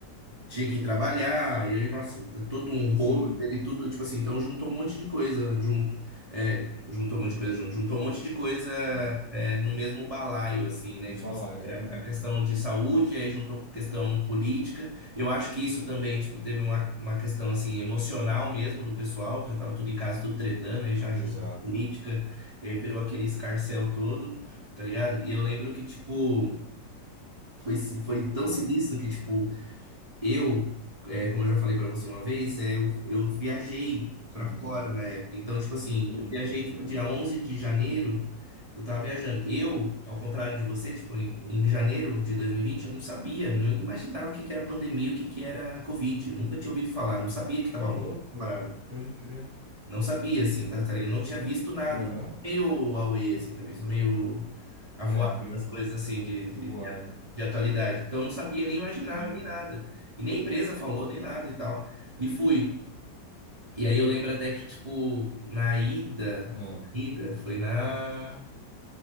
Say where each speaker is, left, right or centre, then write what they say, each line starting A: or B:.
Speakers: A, on the right; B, on the right.
A: tinha que ir trabalhar, e aí, nossa, é todo um rolo,
B: sim.
A: ele tudo, tipo assim, então juntou um monte de coisa junto, é, juntou um monte de coisa junto, juntou um monte de coisa
B: É.
A: é, no mesmo balaio, assim, né,
B: De
A: tipo
B: balaio,
A: assim,
B: exatamente.
A: era a questão de saúde, aí juntou com questão política, eu acho que isso também, tipo, teve uma, uma questão, assim, emocional mesmo do pessoal, que já tava tudo em casa, tudo tretando, aí já
B: Exato.
A: junta a política, e aí virou aquele escarcéu todo, tá ligado? E eu lembro que, tipo... Foi, si- foi tão
B: Ah,
A: sinistro que, tipo, eu, é, como eu já falei pra você uma vez, é, eu, eu viajei
B: sim,
A: pra fora
B: sim.
A: na época. Então, tipo assim,
B: Hum,
A: eu viajei,
B: pode crer.
A: tipo, dia 11 de janeiro, eu tava viajando. Eu, ao contrário de você, tipo, em, em janeiro de 2020 eu não sabia, não imaginava o que que era pandemia, o que que era Covid. Eu nunca tinha ouvido falar, não sabia que tava
B: Ô,
A: rolando
B: louco,
A: essa parada.
B: pode crer.
A: Não sabia, assim, tá, tá ligado? Não tinha visto nada.
B: Aham.
A: Meio away, assim, também. Sou meio avoado
B: É, meio
A: das coisas, assim, de,
B: voado.
A: de, de atualidade. Então, eu não sabia, nem imaginava,
B: Sim.
A: nem nada. E nem a empresa falou, nem nada e tal. E fui. E aí, eu lembro até que, tipo, na ida...
B: Ah,
A: Foi na ida? Foi na...